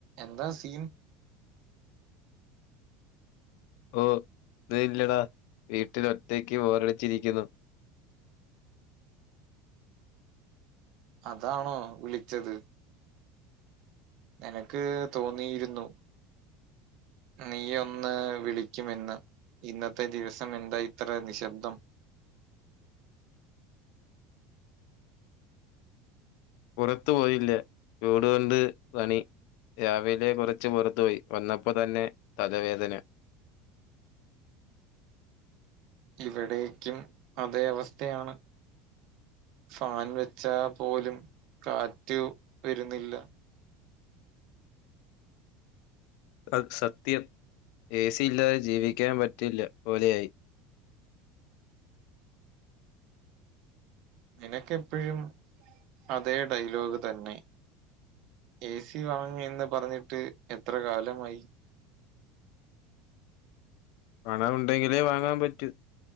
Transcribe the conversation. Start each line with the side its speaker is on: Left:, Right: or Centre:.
Right: എന്താ സീൻ
Left: ഓഹ് ഒന്നും ഇല്ലടാ വീട്ടിൽ ഒറ്റക്ക് ബോറടിച്ചിരിക്കുന്നു.
Right: അതാണോ വിളിച്ചത് എനക്ക് തോന്നിയിരുന്നു. നീ ഒന്ന് വിളിക്കുമെന്ന് ഇന്നത്തെ ദിവസം എന്താ ഇത്ര നിശബ്ദം
Left: പുറത്തു പോയില്ല ചൂട്കൊണ്ട് പണി രാവിലെ കൊറച്ച് പുറത്തു പോയി വന്നപ്പോ തന്നെ തലവേദന
Right: ഇവിടേക്കും അതേ അവസ്ഥയാണ് ഫാൻ വെച്ചാ പോലും കാറ്റ് വരുന്നില്ല
Left: അത് സത്യം ഏ സി ഇല്ലാതെ ജീവിക്കാൻ പറ്റില്ല പോലെയായി
Right: നിനക്കെപ്പോഴും അതേ ഡലോഗ് തന്നെ എ സി വാങ്ങീന്ന് പറഞ്ഞിട്ട് എത്ര കാലമായി
Left: പണം ഉണ്ടെങ്കിലേ വാങ്ങാൻ പറ്റൂ